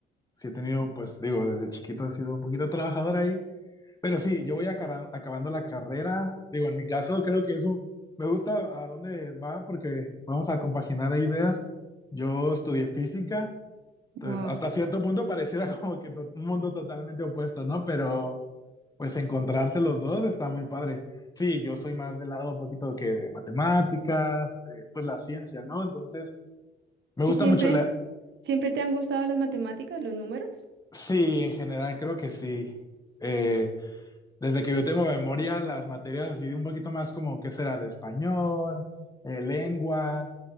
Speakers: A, on the left; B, on the right.
A: Sí he tenido, pues digo, desde chiquito he sido un poquito trabajador ahí, pero sí, yo voy acara- acabando la carrera. Digo, en mi caso creo que eso me gusta a dónde va porque vamos a compaginar ahí ideas. Yo estudié física,
B: wow.
A: entonces hasta cierto punto pareciera <laughs> como que to- un mundo totalmente opuesto, ¿no? Pero Pues encontrarse los dos está muy padre. Sí, yo soy más del lado un poquito que de matemáticas, eh, pues la ciencia, ¿no? Entonces, me
B: ¿Y
A: gusta
B: siempre,
A: mucho la...
B: siempre te han gustado las matemáticas, los números?
A: Sí, en general creo que sí. Eh, desde que yo tengo memoria, las materias así de un poquito más como, ¿qué será? De español, eh, lengua.